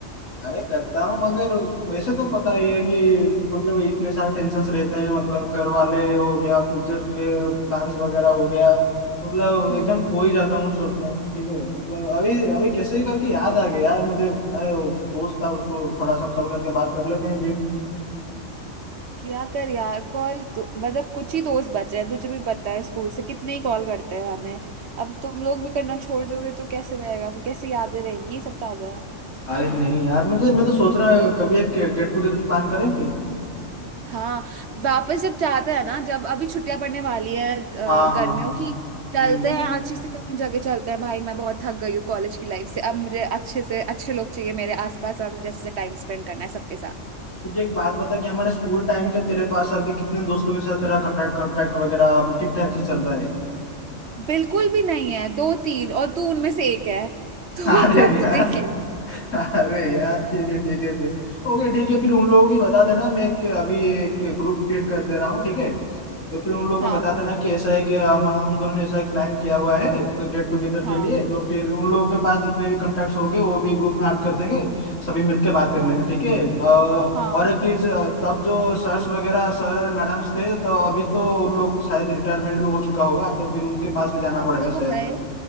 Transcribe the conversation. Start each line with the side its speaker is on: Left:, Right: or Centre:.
Left: अरे करता हूँ मगर वैसे तो पता ही है कि मतलब इतने सारे टेंशन्स रहते हैं मतलब घर वाले हो गया फ्यूचर के प्लान्स वगैरह हो गया मतलब
Right: हम्म
Left: एकदम खो ही जाता हूँ उन सब में ठीक है मतलब अभी अभी कैसे ही करके याद आ गया यार मुझे अरे वो दोस्त था उसको थोड़ा सा कॉल करके बात कर लेते हैं फिर
Right: क्या कर यार कॉल तो मतलब कुछ ही दोस्त बचे हैं तुझे भी पता है स्कूल से कितने ही कॉल करते हैं हमें अब तुम लोग भी करना छोड़ दोगे तो कैसे रहेगा फिर कैसे यादें रहेंगी ये सब ताजा
Left: अरे नहीं यार मुझे मैं तो सोच रहा हूँ कभी एक गेट टुगेदर प्लान करें फिर
Right: हाँ वापस जब जाते हैं ना जब अभी छुट्टियां पड़ने वाली है अ,
Left: हाँ हाँ
Right: गर्मियों
Left: हाँ
Right: की चलते
Left: हम्म
Right: हैं अच्छी से कहीं जगह चलते हैं भाई मैं बहुत थक गई हूँ कॉलेज की लाइफ से अब मुझे अच्छे से अच्छे लोग चाहिए मेरे आसपास और मुझे अच्छे से टाइम स्पेंड करना है सबके साथ
Left: तुझे एक बात बता कि हमारे स्कूल टाइम के तेरे पास अभी कितने दोस्तों के साथ तेरा कांटेक्ट कांटेक्ट वगैरह अभी ठीक ठाक से चल रहा है
Right: बिल्कुल भी नहीं है दो तीन और तू उनमें से एक है <laughs>
Left: <laughs>
Right: तो
Left: अरे
Right: तू अब
Left: यार
Right: तू देख ले
Left: अरे यार ठीक है ठीक है फिर ओके ठीक है फिर उन लोगों की बता देना मैं एक अभी एक ग्रुप क्रिएट कर दे रहा हूँ ठीक है तो फिर उन लोगों
Right: हाँ
Left: को बता
Right: हाँ
Left: देना
Right: हाँ
Left: कि ऐसा है कि हम हम दोनों ने ऐसा एक प्लान किया हुआ है तो गेट टुगेदर के
Right: हाँ
Left: लिए तो फिर उन लोगों के पास जितने भी कॉन्टेक्ट्स होंगे वो भी ग्रुप में ऐड कर देंगे सभी मिलके बात कर
Right: हाँ
Left: लेंगे ठीक है अ,
Right: हाँ
Left: और एक चीज अ, तब जो सर्स वगैरह सर और मैडम्स थे तो अभी तो उन लोग को शायद रिटायरमेंट भी हो चुका होगा तो फिर उनके पास भी जाना
Right: अब
Left: पड़ेगा
Right: तो
Left: शायद
Right: वो गए